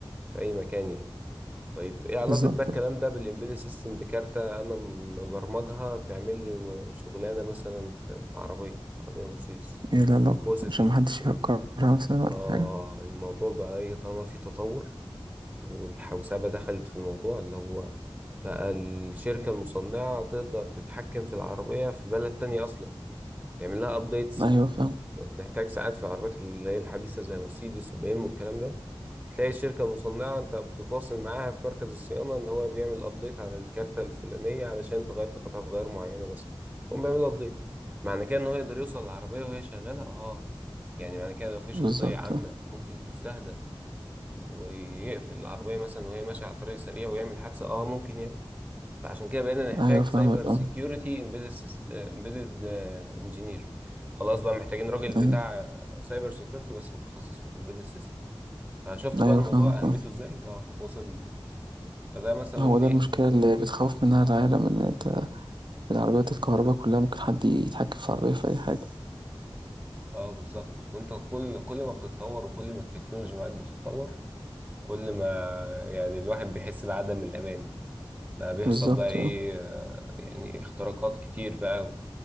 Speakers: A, on the right; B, on the right.
A: في اي مكان يعني طيب ايه علاقة
B: بالظبط
A: بقى الكلام ده بالامبيدد سيستم بكارتة انا مبرمجها تعمل لي م- شغلانة مثلا في في عربية عربية مرسيدس
B: ايه العلاقة
A: بص يا
B: عشان
A: سيدي
B: محدش يهكرها مثلا ولا
A: اه
B: حاجة
A: الموضوع بقى ايه طالما في تطور والحوسبة دخلت في الموضوع اللي هو بقى الشركة المصنعة تقدر تتحكم في العربية في بلد تانية اصلا تعمل لها ابديتس
B: ايوه فاهم
A: بنحتاج ساعات في العربيات اللي هي الحديثة زي مرسيدس وبي ام والكلام ده تلاقي الشركة المصنعة انت بتتواصل معاها في مركز الصيانة ان هو بيعمل ابديت على الكارتة الفلانية علشان تغير قطعة غيار معينة مثلا هم بيعمل ابديت معنى كده ان هو يقدر يوصل العربية وهي شغالة اه يعني معنى كده لو في شخصية
B: بالضبط
A: عامة
B: آه.
A: ممكن تستهدف ويقفل العربية مثلا وهي ماشية على طريق سريع ويعمل حادثة اه ممكن يعمل فعشان كده بقينا نحتاج
B: أيوه فاهمك
A: سايبر سيكيورتي
B: آه،
A: امبيدد امبيدد انجينير خلاص بقى محتاجين راجل
B: أيوه،
A: بتاع سايبر سيكيورتي بس متخصص في الامبيدد سيستم فشفت بقى
B: أيوه
A: الموضوع
B: فاهمك
A: اهميته
B: آه.
A: ازاي اه وصل فده مثلا
B: هو ده
A: ايه
B: المشكلة اللي بتخوّف منها العالم إن أنت في العربيات الكهربا كُلّها ممكن حد يتحكّم في العربية في أي حاجة.
A: اه بالظبط وانت كل كل ما بتتطور وكل ما التكنولوجيا معاك بتتطور كل ما يعني الواحد بيحس بعدم الامان بقى بيحصل
B: بالضبط
A: بقى ايه
B: آه،
A: آه، يعني اختراقات كتير بقى